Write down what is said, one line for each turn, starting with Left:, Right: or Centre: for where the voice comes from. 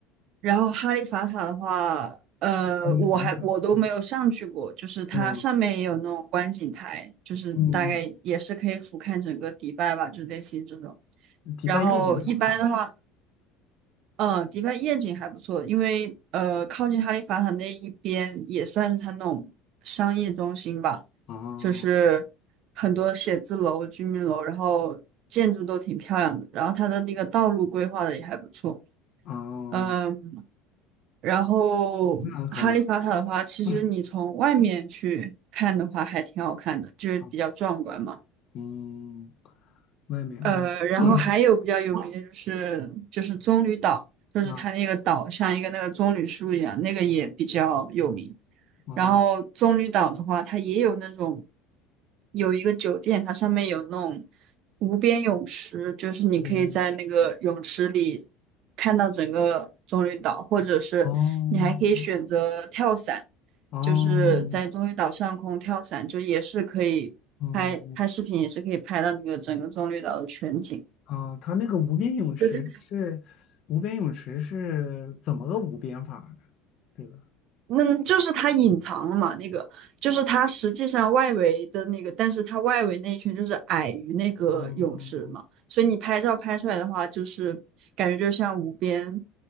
Right: 然后哈利法塔的话，呃，
Left: 是阿姆斯特嗯
Right: 我还我都没有上去过，就是它上面也有那种观景台，
Left: 嗯
Right: 就是大概也是可以俯瞰整个迪拜吧，
Left: 嗯
Right: 就类似于这种。
Left: 嗯，迪拜夜景好看，
Right: 然后一般的话，嗯，迪拜夜景还不错，因为呃，靠近哈利法塔那一边也算是它那种商业中心吧，
Left: 哦
Right: 就是很多写字楼、居民楼，然后建筑都挺漂亮的，然后它的那个道路规划的也还不错，
Left: 哦，
Right: 嗯，然后哈利法塔的话，
Left: 那还蛮，
Right: 其实你从外面去看的话还挺好看的，
Left: 嗯
Right: 就是比较壮观嘛。
Left: 好嗯，外面啊，
Right: 呃，然后还有比较有名的就是就是棕榈岛，
Left: 嗯
Right: 就是它那个岛像一个那个棕榈树一样，
Left: 啊
Right: 那个也比较有名。
Left: 啊，
Right: 然后棕榈岛的话，它也有那种有一个酒店，它上面有那种无边泳池，就是你可以在那个泳池里看到整个棕榈岛，
Left: 旁边面是
Right: 或者是你还可以选择跳伞，
Left: 哦哦
Right: 就是在棕榈岛上空跳伞，就也是可以拍拍视频，
Left: 嗯
Right: 也是可以拍到那个整个棕榈岛的全景。
Left: 啊，它那个无边泳池是无边泳池是怎么个无边法呢？
Right: 对对
Left: 这个，
Right: 嗯，就是它隐藏了嘛，那个就是它实际上外围的那个，但是它外围那一圈就是矮于那个泳池嘛，
Left: 哦
Right: 所以你拍照拍出来的话，就是感觉就像无边